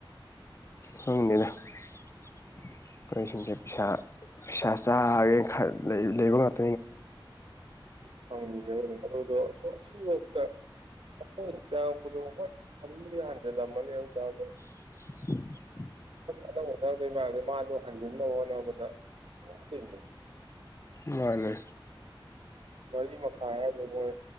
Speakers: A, on the left; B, on the right.
A: ꯍꯪꯅꯤꯗ. ꯑꯩꯈꯣꯏꯁꯤꯡꯁꯦꯥ ꯄꯁꯥ ꯆꯥꯒꯦꯅ ꯂꯩꯕ ꯉ
B: ꯐꯪꯒꯦꯝ ꯑꯗꯨꯗꯣ ꯁꯤꯐꯥꯎꯇ ꯑꯩꯈꯣꯏꯅ ꯆꯥꯉꯛꯄꯗꯣ ꯍꯣꯏ ꯈꯟꯕꯨꯗꯤ ꯍꯟꯖꯜꯂꯝꯃꯅꯤ ꯍꯥꯏꯕ ꯇꯔꯗ
A: <unintelligible>
B: ꯑꯅꯧꯕꯊꯗꯣꯏ ꯃꯁꯦ ꯃꯥꯗꯣ ꯍꯟꯖꯤꯟꯅꯕ ꯍꯣꯠꯅꯕꯗ ꯋꯥꯗꯣꯏꯅꯦ
A: ꯃꯥꯅꯦ
B: ꯃꯔꯤ ꯃꯈꯥꯏ ꯍꯥꯏꯗ ꯃꯣꯏ